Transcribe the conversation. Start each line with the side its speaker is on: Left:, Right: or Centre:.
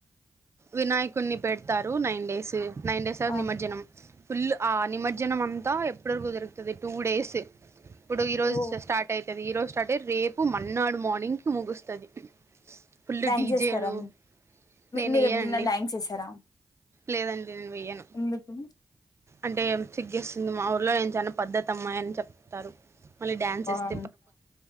Right: వినాయకుని పెడతారు నైన్ డేస్ నైన్ డేస్ తర్వాత
Left: ఆ
Right: నిమజ్జనం ఫుల్ ఆ నిమజ్జనం అంతా ఎప్పటి వరకు దొరుకుతుంది టూ డేస్ ఇప్పుడు ఈరోజు
Left: ఓ
Right: స్టార్ట్ ఈ రోజు స్టార్ట్ అయి రేపు మన్నాడు మార్నింగ్ కి ముగుస్తుది ఫుల్
Left: డ్యాన్స్
Right: డీజేలు
Left: చేస్తారా
Right: నేను
Left: మీరు
Right: వెయ్యానండి
Left: ఎప్పుడైనా డ్యాన్స్ చేసారా
Right: లేదండి నేను వెేయ్యాను
Left: ఎందుకు
Right: అంటే సిగ్గేస్తుంది మా ఊర్లో నేను చానా పద్ధతి అమ్మాయి అని చెప్తారు మళ్ళీ డ్యాన్స్ ఎస్
Left: ఆ